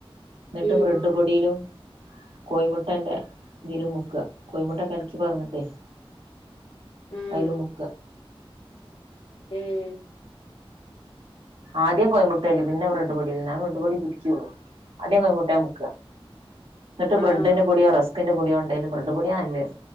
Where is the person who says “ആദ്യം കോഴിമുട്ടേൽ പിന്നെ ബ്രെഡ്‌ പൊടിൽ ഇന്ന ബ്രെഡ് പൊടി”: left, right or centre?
Right